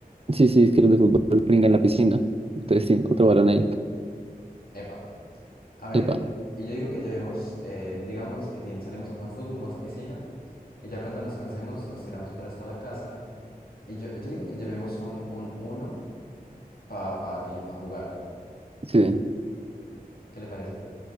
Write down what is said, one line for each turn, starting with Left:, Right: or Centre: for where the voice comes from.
Right: sí, sí, es que los de fútbol pringan la piscina. Entonces, sí, otro balón ahí.
Left: Epa. A ver,
Right: Epa,
Left: y yo digo que llevemos, eh, digamos que tin, salimos a jugar fútbol, vamos a piscina, y ya cuando nos cansemos nos tiramos otra vez para la casa, y yo, yo digo que llevemos un, un uno para pa, pa tin, pa jugar.
Right: sí, sí.
Left: ¿Qué le parece?